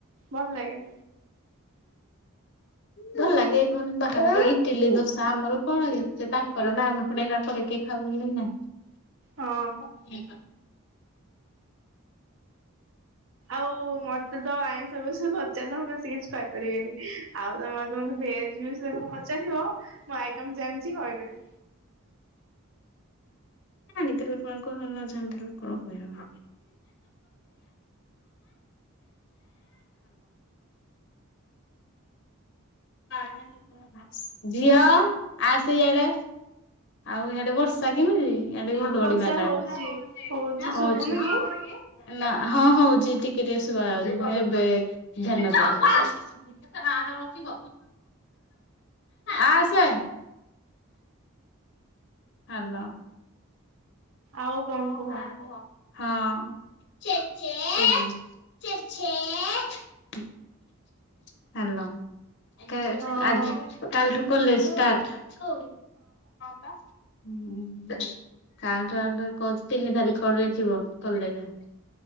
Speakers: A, on the right (about 65°); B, on the left (about 55°).
A: ଭଲ ଲାଗେ।
B: ଭଲ ଲାଗେ ମାନେ ବା ଇଟିଲି ଦୋସା ଆମର କଣ ହେ ତାଙ୍କର ନା ପୁଣ କରିକି ଖାଉ <unintelligible> ନାହିଁ।
A: ହଁ ଆଉ ମତେ ତ ଆଇନ ସବୁ ପଚାରିଲେ ମୁଁ ବେଶୀ କିଛି କହିପାରିବିନି ଆଉ ତ ମତେ ଭେଜ ବିଷୟରେ <unintelligible> ପଚାରିବ ମୁଁ ଆଇଟମ ଜାଣିଛି କହିଦେବି।
B: ଜାଣିଥିଲେ କଣ କହିବ ନ ଜାଣିଥିଲେ କଣ କିହିବ। ଧାନ। ଝିଅ ଆସେ ଇଆଡେ। ଆଉ ହିଆଡେ ବର୍ଷା କେମିତି? ଇଆଡ଼େ ଘଡଘଡି
A: ବର୍ଷା
B: ମାରିଲାଣି
A: ହଉଛି
B: ହଉଛି।
A: ଶୁଭୁନି କି
B: ନା ହଁ ହଉଛି ଟିକେ ଟିକେ ଶୁବାଯାଉଛି ଏବେ ଧ୍ୟାନଦେଲି। ଆସେ ହାଲୋ।
A: ଆଉ
B: ହଁ।
A: କଣ କୁହ
B: <unintelligible> ହ୍ୟାଲୋ କା
A: ହଁ
B: ଆଜି କାଲଠୁ କରଲେ ଷ୍ଟାର୍ଟ। ହଁ ପା। ହୁଁ କାଲିଠୁ ହଁ କହୁଚି ତିନି ତାରିଖ ରେ ଯିବ କଲେଜ।